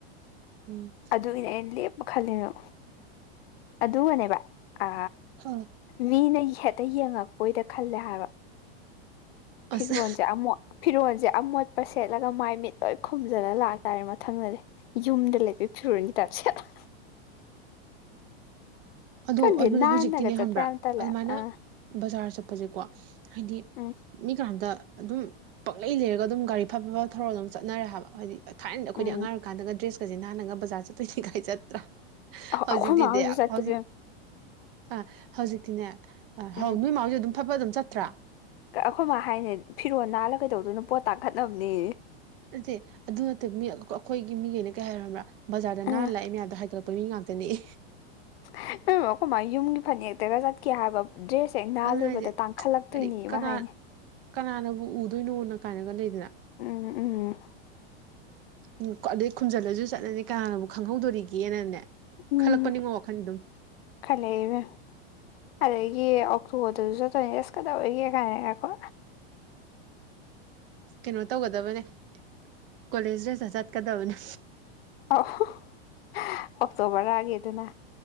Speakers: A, on the right; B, on the left.
A: ꯎꯝ
B: ꯑꯗꯨꯒꯤꯅꯦ ꯑꯩꯅ ꯂꯦꯞꯄ ꯈꯜꯂꯤꯅꯣ ꯑꯗꯨꯒꯅꯦꯕ ꯑ
A: ꯍꯣꯏ
B: ꯃꯤꯅ ꯍꯦꯠꯇ ꯌꯦꯡꯉꯛꯄꯣꯏꯗ ꯈꯜꯂꯦ ꯍꯥꯏꯕ ꯐꯤꯔꯣꯟꯖ‌ꯦ
A: ꯑꯁ
B: ꯑꯃꯣꯠ ꯐꯤꯔꯣꯟꯖ‌ꯦ ꯑꯃꯣꯠꯄ ꯁꯦꯠꯂꯒ ꯃꯥꯏ ꯃꯤꯠ ꯂꯣꯏ ꯈꯨꯝꯖꯜꯂ ꯂꯥꯛꯇꯥꯥꯔꯦ ꯃꯊꯪꯗꯗꯤ ꯌꯨꯝꯗ ꯂꯩꯕꯩ ꯐꯤꯔꯣꯟꯒꯤ ꯇꯥꯏꯞ ꯁꯦꯠꯂ
A: ꯑꯗꯣ
B: ꯈꯪꯗꯦ
A: ꯑꯗꯨꯅ‌ꯦ
B: ꯅꯥꯟꯅꯒ
A: ꯍꯧꯖꯤꯛꯇꯤꯅꯦ
B: ꯆꯠꯄ
A: ꯈꯪꯕ꯭ꯔꯥ
B: ꯌꯥꯝ ꯇꯜꯂꯦ
A: ꯑꯗꯨꯃꯥꯏꯅ
B: ꯑꯥ
A: ꯕꯖꯥꯔ ꯆꯠꯄꯖ‌ꯦꯀꯣ ꯍꯥꯏꯗꯤ
B: ꯎꯝ
A: ꯃꯤ ꯀꯅꯥꯝꯇ ꯑꯗꯨꯝ ꯄꯛꯂꯩ ꯂꯩꯔꯒ ꯑꯗꯨꯝ ꯒꯥꯔꯤ ꯐꯠ ꯐꯠ ꯊꯧꯔ ꯑꯗꯨꯝ ꯆꯠꯅꯔꯦ ꯍꯥꯏꯕ ꯍꯥꯏꯗꯤ ꯊꯥꯏꯅ ꯑꯈꯣꯏꯗꯤ
B: ꯎꯝ
A: ꯑꯉꯥꯡ ꯑꯣꯏꯔꯤꯀꯥꯟꯗꯒ ꯗ꯭ꯔꯦꯁꯀꯖ‌ꯦ ꯅꯥꯥꯟꯜꯒ ꯕꯥꯖꯔ ꯆꯠꯇꯣꯏꯅꯤ ꯒꯥꯏ ꯆꯠꯇ꯭ꯔꯥ
B: ꯑꯩꯈꯣꯏ
A: ꯍꯧꯖꯤꯛ ꯇꯤꯗꯦ
B: ꯃꯥ ꯍꯣꯏꯁꯨ ꯆꯠꯇꯦ
A: ꯍꯧꯖꯤꯛ
B: ꯏꯕꯦꯝꯃ
A: ꯑꯥ ꯍꯧꯖꯤꯛꯇꯤꯅꯦ ꯑꯥ
B: ꯎꯝ
A: ꯍꯧ ꯅꯣꯏ ꯃꯥꯥ ꯍ‌ꯣꯏꯖꯨ ꯑꯗꯨꯝ ꯐꯠ ꯐꯠ ꯑꯗꯨꯝ ꯆꯠꯇ꯭ꯔꯥ
B: ꯀ ꯑꯈꯣꯏ ꯃꯥ ꯍꯥꯏꯅꯦ ꯐꯤꯔꯣꯜ ꯅꯥꯜꯂ ꯀꯩꯗꯧꯗꯣꯏꯅꯣ ꯄꯣꯠ ꯇꯥꯡꯈꯠꯅꯝꯅꯦ
A: ꯅꯠꯇꯦ ꯑꯗꯨ ꯅꯠꯇꯦ ꯃꯤ ꯑꯈꯣꯏꯒꯤ ꯃꯤꯒꯩꯅ ꯀꯩ ꯍꯥꯏ ꯈꯪꯕ꯭ꯔ ꯕꯖꯥꯔꯗ
B: ꯎꯝ
A: ꯅꯥꯜ ꯂꯥꯛꯏ ꯃꯌꯥꯝꯗꯣ ꯍꯥꯏꯒꯠ ꯄꯃꯤ ꯉꯥꯛꯇꯅ‌ꯦ
B: ꯑꯩꯕ‌ꯣ ꯑꯈꯣꯃꯥꯢ ꯌꯨꯝꯒꯤ ꯐꯅꯦꯛꯇꯒ ꯆꯠꯈꯤ ꯍꯥꯏꯕ ꯗ꯭ꯔꯦꯁ ꯍ‌ꯦꯛ ꯅꯥꯜꯂꯨꯕꯗ
A: ꯑꯗꯨꯅ ꯍꯥꯏꯁꯦ
B: ꯇꯥꯡꯈꯠꯂꯛ
A: ꯍꯥꯏꯗꯤ
B: ꯇꯣꯏꯅꯦꯌꯦ
A: ꯀꯅꯥ
B: ꯃꯥ ꯍꯥꯏꯅꯦ
A: ꯀꯅꯥꯅꯕꯨ ꯎꯗꯣꯏꯅꯣꯅ ꯀꯥꯏꯅꯒ ꯂꯩꯗꯅ
B: ꯎꯝ ꯎꯝ
A: ꯎꯝ ꯀ‌ꯣ ꯑꯗꯩ ꯈꯨꯝꯖꯜꯂꯖꯨ ꯆꯠꯂꯗꯤ ꯀꯅꯥꯅꯕꯨ ꯈꯪꯍꯧꯗꯣꯔꯤꯒꯦꯅꯅꯦ
B: ꯎꯝ
A: ꯈꯜꯂꯛꯄꯅꯤꯉꯣ ꯋꯥꯈꯜ ꯑꯗꯨꯝ
B: ꯈꯟꯂꯦ ꯏꯕꯦꯝ ꯑꯗꯒꯤ ꯑꯣꯛꯇꯣꯗꯁꯨ ꯆꯠꯇꯣꯏꯅꯦ ꯑꯁ ꯀꯗꯧꯋꯦꯒꯦ ꯀꯥꯏꯅꯒ ꯀꯣ
A: ꯀꯩꯅꯣ ꯇꯧꯒꯗꯕꯅꯦ ꯀꯣꯂꯦꯖ ꯗ꯭ꯔꯦꯁꯇ ꯆꯠꯀꯗꯕꯅꯦ
B: ꯑꯣꯛꯇꯣ ꯕꯔꯒꯤ ꯑꯗꯨꯅ